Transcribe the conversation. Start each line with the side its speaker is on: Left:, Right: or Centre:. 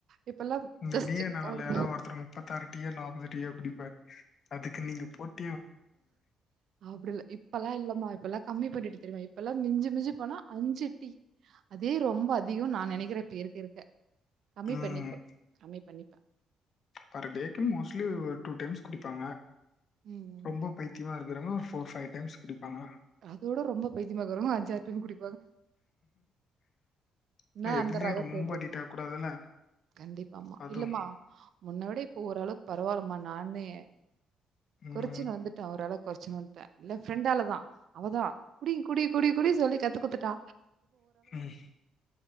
Right: இப்பல்லாம்
Left: இந்த
Right: ஜஸ்ட்
Left: நீய நானால்ல
Right: ஒரு
Left: யாரோ ஒருத்தர் முப்பத்தாறு டியோ நாப்பது டியோ குடிப்ப அதுக்கு நீங்க போட்
Right: அப்டில்ல இப்பல்லா இல்லமா இப்பல்லா கம்மி பண்ணிட்டு தெரியுமா இப்பல்லாம மிஞ்சி மிஞ்சி போனா அஞ்சு டடீ அதே ரொம்ப அதிகோ நா நெனைக்கிற பேர் இருக்கிருக்க கம்மி
Left: ம்
Right: பண்ணிப்போ கம்மி பண்ணிப்
Left: பர் டேக்கு மோஸ்லி ஓ டூ டைம்ஸ் குடிப்பாங்க
Right: ம்.
Left: ரொம்ப பைத்தியமா இரு இரன்னா ஒரு போர் பைவ் டைம்ஸ் குடிப்பாங்க
Right: அதோட ரொம்ப பைத்தியமா இருக்குறங்க அஞ்சாறு டைம் குடி
Left: ஆனா
Right: நா
Left: எதுலயு
Right: அந்த ரக
Left: ரொம்ப
Right: சேந்தது
Left: அடிக்ட் ஆக கூடாதுல்ல
Right: கண்டிப்பாமா
Left: அதுவு
Right: இல்லமா முன்ன விடப் ப்ப ஓரளவுக்கு பரவால்லமா நானே
Left: ம்
Right: கொறச்சச்சுனு வந்துட்டே ஓரளவு கொரச்சன் வந்துட்டே இல்ல ஃப்ரெண்டாலதா அவதா குடி குடி குடி குடி சொல்லி கத்து குத்துட்டா
Left: ம்